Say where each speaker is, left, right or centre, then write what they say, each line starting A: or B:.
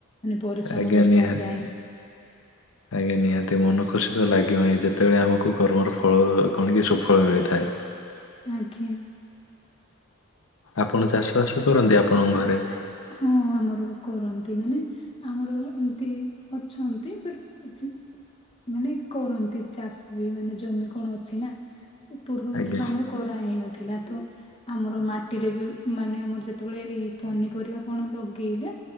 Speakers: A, on the left; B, on the left.
A: ମାନେ ପରିଶ୍ରମ
B: ଆଜ୍ଞା
A: ବେକାର
B: ନିହାତି
A: ଯାଏନି।
B: ଆଜ୍ଞା ନିହାତି। ମନ ଖୁସି ତ ଲାଗିବ ହିଁ। ଯେତେବେଳେ ଆମକୁ କୁ କର୍ମର ଫଳ କଣ କି ସୁଫଳ ମିଳିଥାଏ।
A: ଆଜ୍ଞା।
B: ଆପଣ ଚାଷବାସ କରନ୍ତି ଆପଣଙ୍କ ଘରେ?
A: ହଁ ଆମର କରନ୍ତି ମାନେ। ଆମର ଏମିତି ଅଛନ୍ତି ବଟ ଜେ ମାନେ କରନ୍ତି ଚାଷ ବି ମାନେ ଜମି କଣ ଅଛି ନା ପୂର୍ବବର୍ଷ
B: ଆଜ୍ଞା।
A: ଆମର କରାହେଇନଥିଲା ତ ଆମର ମାଟିରେ ବି ମାନେ ଆମର ଯେତେବେଳେ ଏଇ ପନି ପରିବା କଣ ଲଗେଇଲେ